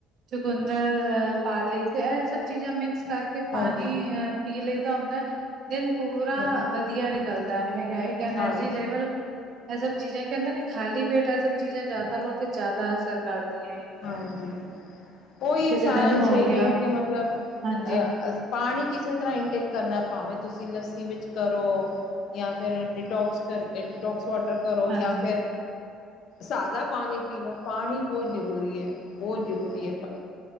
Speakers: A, on the right (about 50°); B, on the left (about 55°).
A: ਚੁਕੰਦਰ ਅਹ ਪਾਲੀ ਇਹ ਸ ਜਾਂ ਮਿਕਸ ਕਰਕੇ ਪਾਣੀ
B: ਹਾਂਜੀ
A: ਅ ਪੀ ਲਈਦਾ ਹੁੰਦਾ ਦਿਨ ਪੂਰਾ
B: ਹਾਂਜੀ
A: ਵਧੀਆ ਨਿਕਲਦਾ ਹੈਗਾ ਇੱਕ ਐਨਰਜੀ
B: ਹਾਂਜੀ
A: ਲੈਵਲ ਇਹ ਸਭ ਚੀਜ਼ਾਂ ਕਹਿੰਦੇ ਨੇ ਖਾਲੀ ਪੇਟ ਇਹ ਸਭ ਚੀਜ਼ਾਂ ਜ਼ਿਆਦਾਤਰ ਲਓ ਤੇ ਜ਼ਿਆਦਾ ਅਸਰ ਕਰਦੀਆਂ ਹੈਗੀਆਂ
B: ਹਾਂਜੀ,
A: ਨੇ
B: ਉਹੀ
A: ਕਿਸੇ
B: ਸਾਰਾ
A: ਦਿਨ ਹੋ
B: ਸਹੀ
A: ਗਿਆ
B: ਹੈ ਕਿ ਮਤਲਬ ਅਹ
A: ਹਾਂਜੀ
B: ਅ ਪਾਣੀ ਕਿਸੇ ਤਰ੍ਹਾਂ ਇਨਟੇਕ ਕਰਨਾ ਭਾਵੇ ਤੁਸੀਂ ਲੱਸੀ ਵਿੱਚ ਕਰੋ ਜਾਂ ਫਿਰ ਡਿਟੋਕਸ ਕਰਕੇ ਡਿਟੋਕਸ ਵਾਟਰ ਕਰੋ
A: ਹਾਂਜੀ
B: ਜਾਂ ਫਿਰ, ਸਾਦਾ ਪਾਣੀ ਪੀ ਲੋ ਪਾਣੀ ਬਹੁਤ ਜ਼ਰੂਰੀ ਹੈ, ਬਹੁਤ ਜ਼ਰੂਰੀ ਹੈ ਪ